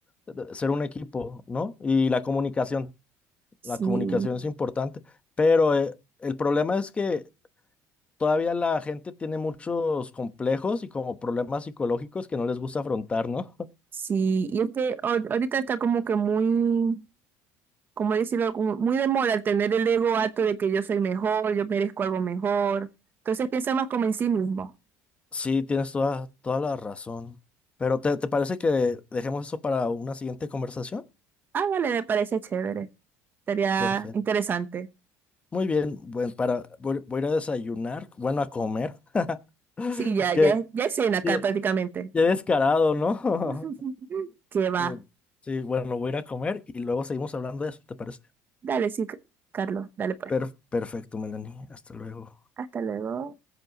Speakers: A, on the left; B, on the right.
A: eh, ser un equipo, ¿no? Y la comunicación,
B: Sí,
A: la comunicación es importante, pero eh, el problema es que todavía la gente tiene muchos complejos y como problemas psicológicos que no les gusta afrontar, ¿no? <laughs>
B: sí. Y es que ahor- ahorita está como que muy, como decirlo, como muy de moda el tener el ego alto de que yo soy mejor, yo merezco algo mejor. Entonces piensa más como en sí mismo.
A: Sí, tienes toda, toda la razón. Pero ¿te, te parece que dejemos eso para una siguiente conversación?
B: Ándale, me parece chévere. Estaría
A: Perfecto.
B: interesante.
A: Muy bien, bueno, para, voy, voy a ir a desayunar, bueno, a comer. <laughs>
B: Sí, ya,
A: Que,
B: ya, ya es cena acá
A: que-
B: prácticamente.
A: Qué descarado, ¿no?
B: <laughs>
A: <laughs>
B: Que va.
A: Mm, Sí, bueno, voy a ir a comer y luego seguimos hablando de eso, ¿te parece?
B: Dale, sí, Carlos, dale pues.
A: Per- perfecto, Melanie. Hasta luego.
B: Hasta luego.